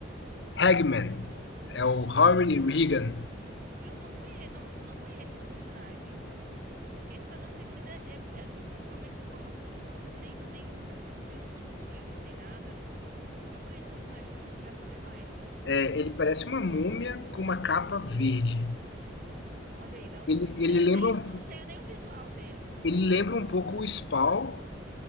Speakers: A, on the left; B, on the right.
A: Hagman é o Harry
B: Eu não,
A: Regan.
B: eu não conheço, não, não conheço esse personagem. Porque Esquadrão Suicida é, é do, do que eu menos gosto, assim. Inclusive, nem, nem. Assim, não vi os últimos filmes, nem nada. Não conheço esse personagem, vou procurar saber mais.
A: É, ele parece uma múmia com uma capa verde.
B: Olha aí, não,
A: Ele,
B: não tenho
A: ele, lembra,
B: nem.
A: um,
B: Não sei nem o visual dele.
A: ele lembra um pouco o Spawn